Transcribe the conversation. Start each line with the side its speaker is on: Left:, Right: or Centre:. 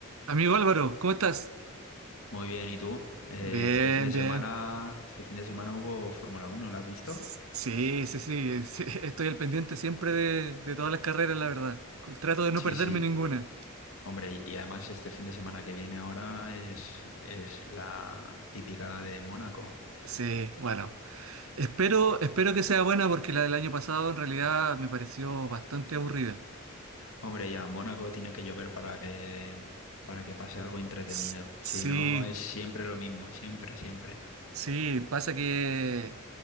Right: Amigo Álvaro, ¿cómo estás?
Left: Muy bien, ¿y tú? Eh,
Right: Bien,
Left: este fin de
Right: bien.
Left: semana, este fin de semana hubo Fórmula Uno. ¿la has visto?
Right: S- Sí, sí, sí, sí, <laughs> Estoy al pendiente siempre de, de todas las carreras, la verdad. Trato de no
Left: Sí,
Right: perderme
Left: sí.
Right: ninguna.
Left: Hombre, y, y además este fin de semana que viene ahora es, es la típica de Mónaco.
Right: Sí, bueno. Espero, espero que sea buena porque la del año pasado en realidad me pareció bastante aburrida.
Left: Hombre, ya, Mónaco tiene que llover para que, para que pase algo entretenido.
Right: S- Sí,
Left: Si no, es siempre lo mismo, siempre, siempre.
Right: Sí, pasa que,